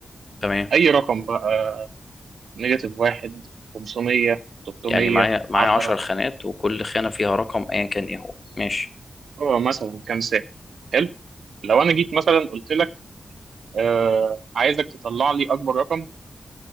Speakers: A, on the left (about 45°); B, on the right (about 80°).
A: تمام
B: اي رقم بقى نيجاتيف واحد 500 300
A: يعني معايا معايا
B: 10
A: 10 خانات وكل خانه فيها رقم ايا كان ايه هو ماشي
B: هو مثلا كام سنة حلو لو انا جيت مثلا قلت لك آه عايزك تطلع لي اكبر رقم